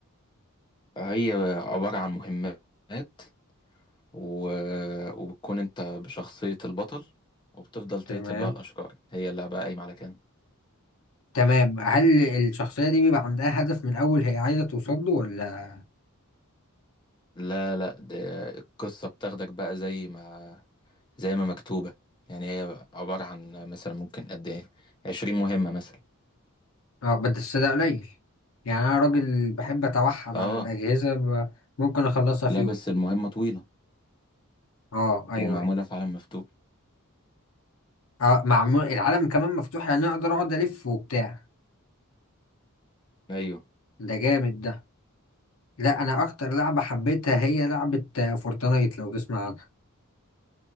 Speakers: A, on the left (about 20°); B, on the left (about 70°).
A: هي عباره عن مهمات و... وبتكون انت بشخصيه البطل وبتفضل تقتل
B: تمام
A: بقى الاشرار هي اللعبه قايمه على كده
B: تمام هل الشخصية دي بيبقى عندها هدف من أول هي عايزة توصل له ولا
A: لا لا ده القصة بتاخدك بقى زي ما زي ما مكتوبة يعني هي عبارة عن مثلا ممكن قد ايه عشرين مهمة مثلا
B: اه بس ده قليل يعني انا راجل بحب اتوحد
A: اه
B: على الاجهزه ب- ممكن اخلصها
A: لا
B: في يوم
A: بس المهمة طويلة
B: اه ايوه
A: ومعمولة
B: ايوه
A: في عالم مفتوح
B: اه معمول العالم كمان مفتوح يعني اقدر اقعد الف وبتاع
A: ايوه
B: ده جامد ده لا انا اكتر لعبه حبيتها هي لعبه آه، فورتنايت لو تسمع عنها